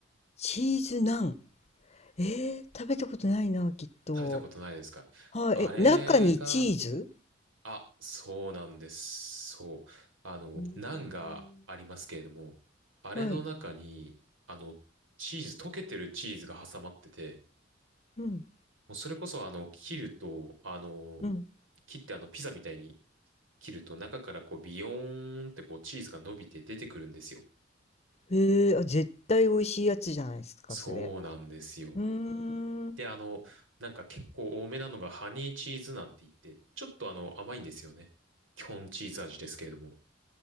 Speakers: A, on the left (about 35°); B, on the right (about 85°).
A: チーズナンえー、食べたことないな、きっと。
B: 食べたことないですかあれが、
A: はい、え、中にチーズ
B: あ、そうなんです。そう。あの、
A: うーん
B: ナンがありますけれども、あれの中に、
A: はい。
B: あの、チーズ、溶けてるチーズが挟まってて、
A: うん。
B: もうそれこそ、あの、切ると、あの、
A: うん。
B: 切ってあの、ピザみたいに切ると、中からこう、ビヨーンってこう、チーズが伸びて出てくるんですよ。
A: へえ、あ、絶対美味しいやつじゃないですか、
B: そうなんですよ。
A: それ。うーん。
B: で、あの、なんか結構多めなのがハニーチーズなんて言って、ちょっとあの甘いんですよね。基本チーズ味ですけれども。